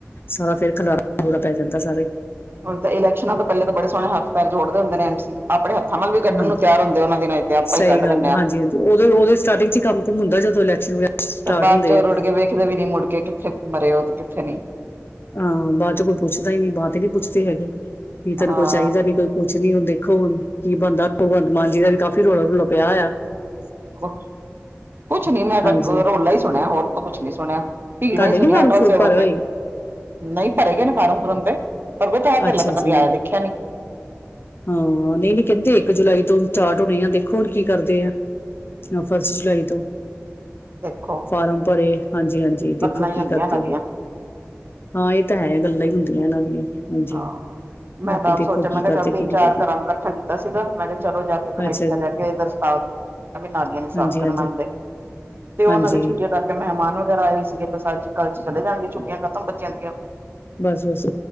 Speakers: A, on the left (about 50°); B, on the right (about 50°).
A: ਸਾਰਾ ਫੇਰ ਖਿਲਾਰਾ ਖਲੂਰਾ ਪੈ ਜਾਂਦਾ ਸਾਰਾ ਈ।
B: ਹੁਣ ਤਾਂ ਇਲੈਕਸ਼ਨਾਂ ਤੋਂ ਪਹਿਲੇ ਤਾਂ ਬੇਣੇ ਸੋਹਣੇ ਹੱਥ ਪੈਰ ਜੋੜਦੇ ਹੁੰਦੇ ਨੇ ਐਮ ਸੀ। ਆਪਣੇ ਹੱਥ ਥਲ ਵੀ ਕੱਢਣ
A: ਹਾਂਜੀ
B: ਨੂੰ ਤਿਆਰ ਹੁੰਦੇ ਉਹਨਾਂ ਦਿ ਨਾਲ ਤੇ ਆਪਾਂ
A: ਸਹੀ
B: ਹੀ ਕੱਢ
A: ਗੱਲ
B: ਦਦੇ
A: ਹੈ
B: ਹਾਂ।
A: ਹਾਂਜੀ ਹਾਂਜੀ ਉਦੋਂ ਉਦੋਂ ਸਟਾਰਟਿੰਗ ਚ ਹੀ ਕੰਮ ਕੁਮ ਹੁੰਦਾ ਜਦੋਂ ਇਲੈਕਸ਼ਨ ਵਗੈਰਾ ਸਟਾਰਟ
B: ਤਾਂ ਬਾਅਦ
A: ਹੁੰਦੇ
B: ਚਰ
A: ਆ
B: ਉੜ ਕੇ ਵੇਖਦੇ ਵੀ ਨੀ ਮੁੜ ਕੇ ਕਿੱਥੇ ਮਰੇ ਉਹ ਤੇ ਕਿੱਥੇ ਨਹੀਂ।
A: ਹਾਂ ਬਾਅਦ ਚ ਕੋਈ ਪੁੱਛਦਾ ਹੀ ਨੀ ਬਾਅਦ ਤੇ ਨੀ ਪੁੱਛਦੇ ਹੈਗੇ ਨਹੀਂ ਤੈਨੂੰ
B: ਹਾਂ
A: ਕੋਈ ਚਾਹੀਦਾ ਨੀ ਕੋਈ ਪੁੱਛ ਨੀ ਹੁੰਦੇ। ਦੇਖੋ ਹੁਣ ਕੀ ਬੰਦਾ ਭਗਵੰਤ ਮਾਨ ਜੀ ਦਾ ਵੀ ਕਾਫ਼ੀ ਰੌਲਾ ਰੁਲਾ ਪਿਆ ਹੋਇਆ।
B: ਕੁ ਕੁਛ ਨੀ ਮੈਂ ਤਾਂ
A: ਹਾਂਜੀ
B: ਰੋਲਾ ਹੀ ਸੁਣਿਆ ਹੋਰ ਤਾਂ ਕੁਛ ਨੀ ਸੁਣਿਆ। ਭੀ
A: ਤੁਹਾਡੇ
B: ਨਹੀਂ ਸੁਣ
A: ਨੀ ਫਾਰਮ
B: ਅਟਲ
A: ਫੂਰਮ
B: ਸੇਬ
A: ਭਰੇ ਹੋਏ
B: ਤੇ ਨਹੀਂ ਭਰੇ ਗਏ ਨੇ ਫਾਰਮ ਫਰਮ ਤੇ ਪਰ ਤਾਂ ਤੇ
A: ਅੱਛਾ
B: ਲ ਤਾਂ
A: ਜੀ
B: ਕਦੇ ਆਇਆ ਦੇਖਿਆ ਨੀ।
A: ਹਾਂ ਨਹੀਂ ਨਹੀਂ ਕਹਿੰਦੇ ਇੱਕ ਜੁਲਾਈ ਤੋਂ ਸਟਾਰਟ ਹੋਣੇ ਆ ਦੇਖੋ ਕੀ ਕਰਦੇ ਆ ਫਸਟ ਜੁਲਾਈ ਤੋਂ
B: ਦੇਖੋ
A: ਫਾਰਮ ਭਰੇ ਹਾਂਜੀ ਹਾਂਜੀ ਦੇਖੋ
B: ਕਤਲਾਂ ਹੀ
A: ਕੀ
B: ਹੁੰਦੀਆਂ
A: ਕਰਦੇ
B: ਇਹਨਾਂ ਦੀਆਂ
A: ਆ। ਹਾਂ ਇਹ ਤਾਂ ਹੈ ਗੱਲਾਂ ਹੀ ਹੁੰਦੀਆਂ ਇਹਨਾਂ ਦੀਆਂ ਹਾਂਜੀ
B: ਆਹ। ਮੈਂ
A: ਬਾਕੀ
B: ਤਾਂ ਆਪ
A: ਦੇਖੋ
B: ਸੋਚਿਆ
A: ਕੀ
B: ਮੈਂ ਕਿਹਾ
A: ਕਰਦੇ
B: ਚਲ ਤਿੰਨ
A: ਕੀ ਨਹੀਂ
B: ਚਾਰ
A: ਕਰਦੇ
B: ਘਰਾਂ ਨੂੰ ਇਕੱਠਾ ਕੀਤਾ ਸੀਗਾ ਮੈਂ ਕਿਹਾ ਚਲੋ ਜਾ ਕੇ ਕਮੇਟੀ
A: ਅੱਛਾ
B: ਦਾ
A: ਜੀ
B: ਜਾ ਕੇ ਇਧਰ ਵੀ ਨਾਲੀਆਂ ਨੂੰ ਸਾਫ਼
A: ਹਾਂਜੀ
B: ਕਰਨ
A: ਹਾਂਜੀ
B: ਆਉਂਦਾ। ਤੇ ਉਹਨਾਂ
A: ਹਾਂਜੀ
B: ਦੇ ਛੁੱਟੀਆਂ ਕਰਕੇ ਮਹਿਮਾਨ ਵਗੈਰਾ ਆਏ ਸੀਗੇ ਤੇ ਅੱਜ ਕੱਲ ਚ ਚਲੇ ਜਾਣਗੇ। ਚੁੱਕੀਆਂ ਖਤਮ ਬੱਚਿਆਂ ਦੀਆਂ।
A: ਬਸ ਬੱਸ।